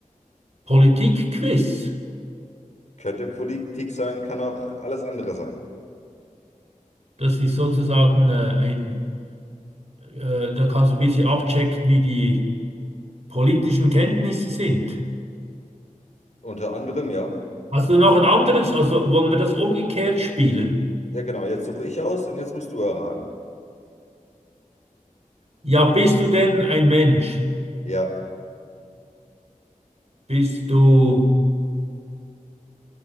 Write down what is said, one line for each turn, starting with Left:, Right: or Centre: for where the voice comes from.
Right: Politikquiz.
Left: Könnte Politik sein, kann auch alles andere sein.
Right: Das ist sozusagen äh, ein, äh, da kannst du ein bisschen abchecken, wie die politischen Kenntnisse sind.
Left: Unter anderem, ja.
Right: Hast du noch ein anderes? Also wollen wir das umgekehrt spielen?
Left: Ja, genau. Jetzt suche ich aus und jetzt musst du erraten.
Right: Ja, bist du denn ein Mensch?
Left: Ja,
Right: Bist du